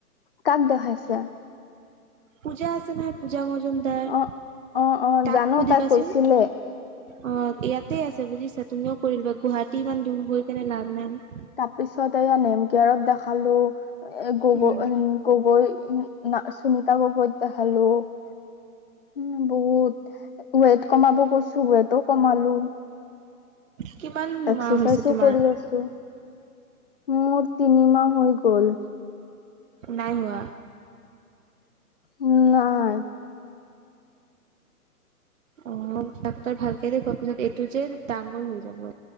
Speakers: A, on the left; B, on the right.
A: কাক দেখাইছা?
B: পূজা আছে নহাই পূজা ম জমাৰ
A: অ অ অ
B: তাক
A: জানো
B: কুদি
A: তাই
B: পচ
A: কৈছিলে
B: অ, ইয়াতে আছে বুজিছা তুমিও কৰিল গুৱাহাটী ইমান দূৰ হৈ কেনে লাভ নাই।
A: তাৰপিছত এয়া নেমকিয়াৰত দেখ খালো গগৈ,
B: উম,
A: উ, গগৈ সুনিতা গগৈত দেখালো। উম, বহুত। ৱেইট কমাব কৈছো, ৱেইটটো কমালো।
B: কিমান
A: এক্সাৰচাইজো
B: মাহ হৈছে তোমাৰ?
A: কৰি আছো মোৰ তিনিমাহ হৈ গ'ল।
B: নাই হোৱা।
A: উ, নাই।
B: আহ ডাক্তৰ ভালকে দেখওৱা পিছত এইটো যে ডাঙৰ হৈ যাব।